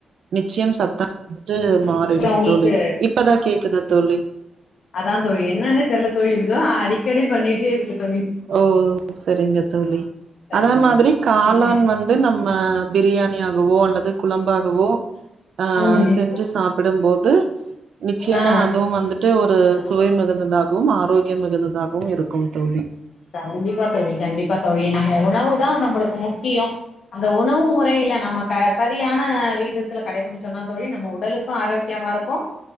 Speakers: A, on the right; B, on the left.
A: நிச்சயம் சத்த வந்துட்டு மாறிடும்
B: உங்களுக்கு
A: தோழி இப்பதா கேக்குது தோழி
B: அதா தோழி என்னான்னே தெர்ல தோழி இதோ அடிக்கடி பண்ணிட்டே இதுக்கு தோழி
A: ஓ சரிங்க தோழி
B: ஆ சரிங்க
A: அதா மாதிரி
B: தோழி
A: காளான்
B: நீங்க
A: வந்து நம்ம பிரியாணியாகவோ அல்லது குழம்பாகவோ ஆ
B: ம்
A: செஞ்சி சாப்பிடும்போது நிச்சயமா
B: ஆ
A: அதுவு வந்துட்டு ஒரு சுவை
B: ஆ
A: மிகுந்ததாகவும் ஆரோக்கிய மிகுந்ததாகவு இருக்கு தோழி
B: கண்டிப்பா தோழி கண்டிப்பா தோழி நம்ம உணவு தா நம்மளுக்கு முக்கியோ அந்த உணவு முறையில நம்ம க சரியான விகிதத்துல கடைபிடிச்சோன்னா தோழி நம்ம உடலுக் க்கு ஆரோக்கியமா இருக்கு